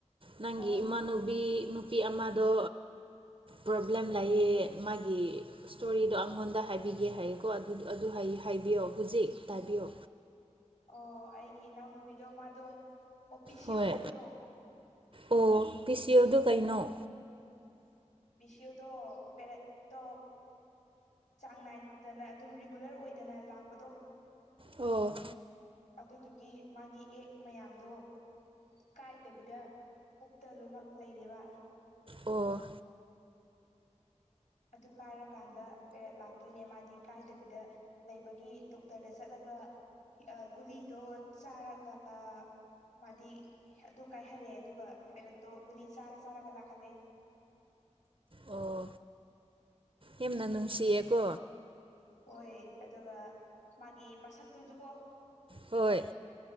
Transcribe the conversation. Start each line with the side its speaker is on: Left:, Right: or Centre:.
Right: ꯅꯪꯒꯤ
Left: ꯑꯥ
Right: ꯏꯃꯥꯟꯅꯨꯕꯤ ꯅꯨꯄꯤ ꯑꯃꯗꯣ ꯄ꯭ꯔꯣꯕ꯭ꯂꯦꯝ ꯂꯌꯦ ꯃꯥꯒꯤ ꯏꯁꯇꯣꯔꯤꯗꯣ ꯑꯩꯉꯣꯟꯗ ꯍꯥꯏꯕꯤꯒꯦ ꯍꯥꯏꯌꯦꯀꯣ ꯍꯥꯏꯕꯤꯌꯣ ꯍꯧꯖꯤꯛ ꯇꯥꯕꯤꯌꯣ
Left: ꯑꯣ ꯑꯩꯒꯤ ꯏꯅꯥꯎꯅꯨꯄꯤꯗꯣ ꯃꯥꯗꯣ ꯑꯣ ꯄꯤ ꯁꯤ
Right: ꯍꯣꯏ
Left: ꯑꯣ ꯂꯩꯕꯗꯣ
Right: ꯑꯣ ꯄꯤ ꯁꯤ ꯑꯣ ꯗꫭ ꯀꯩꯅꫭ
Left: ꯄꯤꯁꯣꯗ ꯄꯦꯔꯠ ꯇ ꯆꯥꯡ ꯅꯥꯏꯗꯅ ꯑꯗꯨꯝ ꯔꯤꯒꯨꯂꯔ ꯑꯣꯏꯗꯅ ꯂꯥꯛꯄꯗꯣ
Right: ꯑꯣ
Left: ꯑꯗꯨꯗꯨꯒꯤ ꯃꯥꯒꯤ ꯑꯦꯛ ꯃꯌꯥꯝꯗꯣ ꯀꯥꯏꯗꯕꯤꯗ ꯄꯨꯛꯇ ꯂꯣꯏꯅꯃꯛ ꯂꯩꯔꯦꯕ
Right: ꯑꯣ
Left: ꯑꯗꯨ ꯀꯥꯏꯔꯛꯀꯥꯟꯗ ꯄꯦꯔꯦꯠ ꯂꯥꯛꯇꯣꯏꯅꯦ ꯃꯥꯗꯤ ꯀꯥꯏꯗꯕꯤꯗ ꯂꯩꯕꯒꯤ ꯗꯣꯛꯇꯔꯗ ꯆꯠꯂꯒ ꯒꯨꯂꯤꯗꯣ ꯆꯥꯔꯒ ꯃꯥꯗꯤ ꯑꯗꯨ ꯀꯥꯏꯍꯜꯂꯦ ꯑꯗꯨꯒ ꯄꯦꯔꯠꯇꯣ ꯀꯨꯗꯤ ꯆꯥꯔ ꯆꯥꯔꯒ ꯂꯥꯛꯍꯜꯂꯦ
Right: ꯑꯣ ꯌꯥꯝꯅ ꯅꯨꯡꯁꯤꯌꯦ ꯀꯣ
Left: ꯍꯣꯏ ꯑꯗꯨꯒ ꯃꯥꯒꯤ ꯃꯁꯛꯇꯨꯖ ꯀꯣ
Right: ꯍꯣꯏ